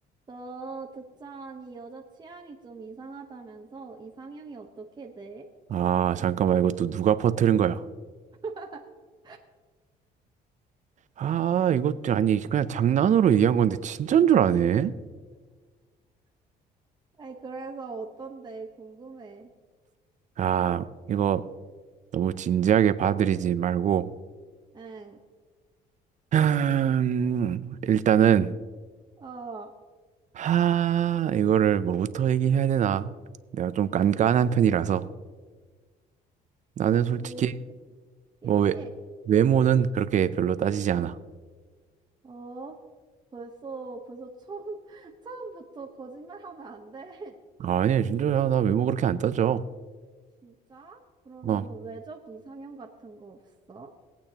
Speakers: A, on the right; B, on the right.
A: 너 듣자하니 여자 취향이 좀 이상하다면서 이상형이 어떻게 돼?
B: 아, 잠깐만, 이것도 누가 퍼뜨린 거야?
A: <laughs>
B: 아, 이것도 아니, 그냥 장난으로 얘기한 건데, 진짠 줄 아네?
A: 아이, 그래서 어떤데? 궁금해.
B: 아, 이거 너무 진지하게 받아들이지 말고,
A: 응,
B: 음, 일단은,
A: 어,
B: 하, 이거를 뭐부터 얘기해야 되나? 내가 좀 깐깐한 편이라서, 나는 솔직히,
A: 뭐,
B: 뭐,
A: 얘기해.
B: 외, 외모는 그렇게 별로 따지지 않아.
A: 어, 벌써, 벌써 처음, <laughs> 처음부터 거짓말하면 안 돼.
B: 아니, 진짜야, 나 외모 그렇게 안 따져.
A: <laughs> 진짜? 그러면은
B: 어,
A: 외적 이상형 같은 거 없어?